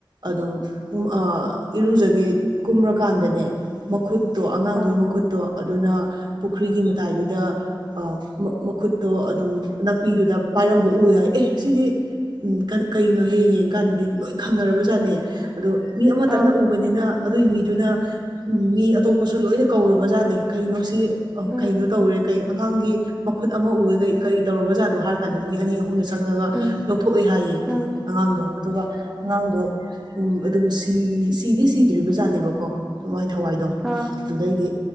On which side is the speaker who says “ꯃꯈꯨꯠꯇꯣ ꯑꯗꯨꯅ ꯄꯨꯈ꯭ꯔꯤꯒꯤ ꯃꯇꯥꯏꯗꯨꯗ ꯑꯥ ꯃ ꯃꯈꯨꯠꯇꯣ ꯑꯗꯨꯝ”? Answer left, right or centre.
Right